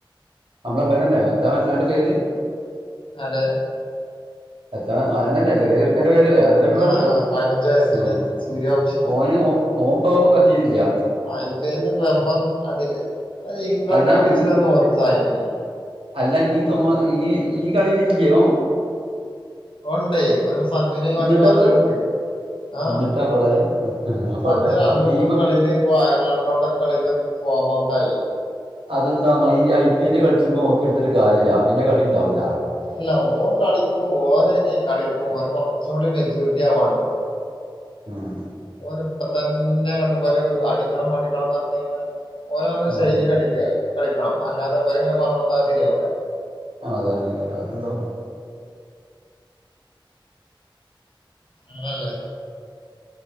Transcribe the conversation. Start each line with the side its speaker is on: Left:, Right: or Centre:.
Right: ഞമ്മളെ ഇബനെല്ലെ മറ്റാ മറ്റോന്റെ പേര്
Left: അതെ
Right: എത്തണ അതിനല്ലേ ചെറിയ ക്കെന്റെ പേരല്ലേ അതല്ലെ ഇപ്പ ഈ
Left: ആഹ്
Right: പർണ്
Left: ആഹ് പതിനഞ്ച് വയസ്സില്ലെ
Right: ആഹ്
Left: സൂര്യവംശി
Right: ഓന് ഒ ഓം ഇപ്പൊ കത്തീലില്യ
Left: ഐ പി എൽ ഒക്കെ വമ്പം അടിയല്ലേ അത് ഇംഗ്ലണ്ടേരെ
Right: അല്ല
Left: പിരിച്ച്
Right: ഈ
Left: വിടാൻ നിന്നകലെന്നെ. ഒന്നും ഓർക്ക് സഹായിക്കില്ലേ
Right: അല്ല ഈ തോ ഈ ഈ കളീല് ഇല്യെ ഓൻ
Left: ഓണ്ടേ ഓനെ സഞ്ജുവിനെ ഒഴിവാക്കിട്ട്
Right: എന്നിട്ടാപ്പ
Left: ഓനെല്ലെ ഇട്ത്ത് ആഹ്
Right: എന്നിട്ടാപ്പ അതെ അപ്പൊ
Left: സഞ്ജു
Right: അവിടെ
Left: രണ്ട്
Right: അപ്പൊ ടീം
Left: മൂന്ന് കളീല് ഇപ്പൊ അയർലണ്ട്നോട്ടൊക്കെ കളീല് ഫോമൗട്ടായി
Right: അതെന്താണ് ഐ ഐ പി എല്ല് കളിച്ചുമ്പൊ ഓക്കി ഇട്ത്തിട്ട് കാര്യല്യ പിന്നെ കളി ഇണ്ടാവൂല
Left: അല്ല ഓൻ കളിക്കും ഓന് ഐനെ കളിക്കും ഓന് കാെറച്ച് കൂടിം മെച്യൂരിറ്റി ആവാണ്ട്
Right: ഉം
Left: ഓന് ഇപ്പതന്നെ അങ്ങട്ട് പൊലൗ അടിക്കണം അടിക്കണംന്നർഞ്ഞൈഞ്ഞാ ഓന് ഓന്റെ
Right: ആഹ്
Left: ഷൈലീല് അടിക്കാ കളിക്കണം അല്ലാതെ ഇപര് ഇങ്ങനെ പർണൊട്ത്താ ശരിയാവൂല
Right: ആഹ് അതെന്നെല്ലേ അതും ഇണ്ടാവും
Left: അങ്ങനെ എല്ലേ